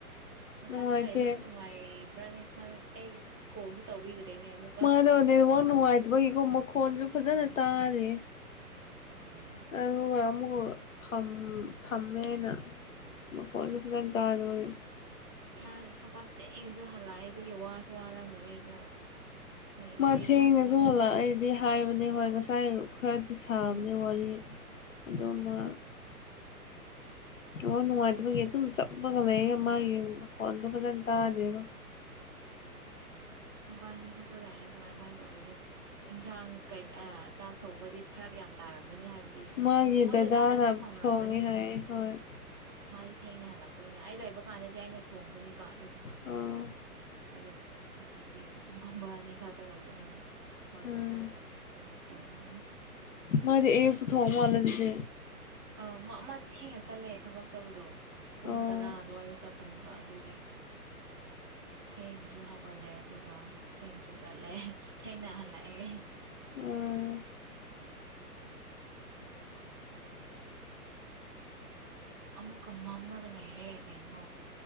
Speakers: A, on the right; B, on the left.
A: ꯃꯊꯟꯇ
B: ꯅꯨꯡꯉꯥꯏꯇꯦ
A: ꯂꯩꯕꯨꯗꯤ ꯅꯨꯡꯉꯥꯏꯕ꯭ꯔꯥꯅꯦ ꯈ ꯑꯩ ꯀꯣꯜꯁꯨ ꯇꯧꯕꯤꯗ꯭ꯔꯦꯅꯦ ꯑꯃꯨꯛ
B: ꯃꯥꯗꫭ ꯅꯦꯠꯋꯥꯛ ꯅꯨꯡꯉꯥꯏꯇꯕꯩ ꯀꫭ ꯃꯈꯣꯟꯖꯨ ꯐꯖꯅ ꯇꯥꯗꯦ
A: ꯎꯝ
B: ꯑꯗꯨꯒ ꯑꯃꯨꯛꯀꯥ ꯐꯝ ꯐꯝꯃꯦꯅ ꯃꯈꫭꯟꯖꯨ ꯐꯖꯟ ꯇꯥꯔꯣꯏ
A: ꯃꯥ ꯊꯕꯥꯛ ꯊꯦꯡꯅꯁꯨ ꯍꯜꯂꯛꯑꯦ ꯑꯗꯨꯒꯤ ꯋꯥꯁꯨ ꯋꯥꯔꯝꯒꯅꯤ ꯑꯗꯨ ꯑꯩ
B: ꯃꯥ
A: ꯋꯥꯔꯤꯒꯥꯁꯦ
B: ꯊꯦꯡꯅꯁꯨ
A: ꯁꯥꯕꯤꯗ꯭ꯔꯦꯅꯦ
B: ꯍꯜꯂꯛꯑꯦꯗꯤ ꯍꯥꯏꯕꯅꯦ ꯍꯣꯏ ꯉꯁꯥꯏ ꯑꯈꯔꯗꯤ ꯁꯥꯕꯅꯦ ꯋꯥꯔꯤ ꯑꯗꫭ
A: ꯎꯝ
B: ꯃꯥ ꯅꯦꯋꯥꯛ ꯅꯨꯡꯉꯥꯏꯇꯕꯒꯤ ꯑꯗꯨꯝ ꯆꯞꯄꯒ ꯂꯩꯌꯦ ꯃꯥꯒꯤ ꯃꯈꯣꯟꯗꯣ ꯐꯖꯅ ꯇꯥꯗꯦꯕ
A: ꯃꯕꯥꯅꯤ ꯈꯛꯇ ꯂꯩꯔꯒ ꯀꯃꯥꯏ ꯀꯃꯥꯏꯅ ꯇꯧꯔꯤꯅꫭ ꯏꯟꯁꯥꯡ ꯀꯩ ꯑꯥ ꯆꯥꯛ ꯊꯣꯡꯕꯗꯤ ꯐꯔꯛ ꯌꯥꯝ ꯇꯥꯔꯝꯒꯅꯤ ꯍꯥꯏꯕꯗꯤ
B: ꯃꯥꯒꯤ
A: ꯃꯣꯏꯗꯨꯗ
B: ꯗꯗꯥꯅ
A: ꯍꯥꯟꯅꯗꯤ ꯊꯣꯡꯔꯝꯒꯅꯤ
B: ꯊꯣꯡꯉꯦ ꯍꯥꯏꯌꯦ
A: ꯎꯝ
B: ꯍꯣꯏ
A: ꯃꯥꯗꯤ ꯊꯦꯡꯅ ꯍꯜꯂꯛꯄꯅꯤꯅ ꯑꯩ ꯂꯩꯕ ꯀꯥꯟꯗꯗꯤ ꯑꯩꯅ ꯊꯣꯡꯕꯅꯤꯕ ꯑꯗꯨꯝ
B: ꯑꯣ
A: ꯑꯗꯣ ꯍꯧꯖꯤꯛꯇꯤ ꯃꯥꯃꯅꯤ ꯈꯛꯇ ꯑꯣꯏꯕꯅꯤꯅ ꯃꯥꯒꯤꯗꯤ
B: ꯎꯝ
A: ꯗꯥꯎ ꯌꯥꯝ ꯑꫭꯏꯊꫭꯛꯑꯝꯃꯅꯤ
B: ꯃꯥꯗꯤ ꯑꯌꯨꯛꯇ ꯊꯣꯡꯃꯥꯜꯂꯦ ꯑꯗꯨꯗꯤ
A: ꯑꯥ ꯃꯥ ꯃꯥꯗꯤ ꯊꯦꯡꯅ ꯆꯠꯂꯦ ꯊꯕꯛ ꯆꯠꯄꯗꯣ ꯄꯨꯡ
B: ꯑꯣ
A: ꯇꯔꯥ ꯑꯗꯨꯋꯥꯏꯗ ꯆꯠꯄꯅꯤ ꯑꯗꯨꯒꯤ ꯊꯦꯡꯅꯁꯨ ꯍꯧꯒꯠꯂꯦ ꯑꯗꯨꯒ ꯊꯦꯡꯁꯨ ꯆꯠꯂꯦ ꯊꯦꯡꯅ ꯍꯜꯂꯛꯑꯦ
B: ꯎꯝ
A: <unintelligible> ꯑꯃꯨꯛꯀ ꯃꯥꯝꯔꯒ ꯂꯩꯔꯦ ꯀꯩꯅꯣ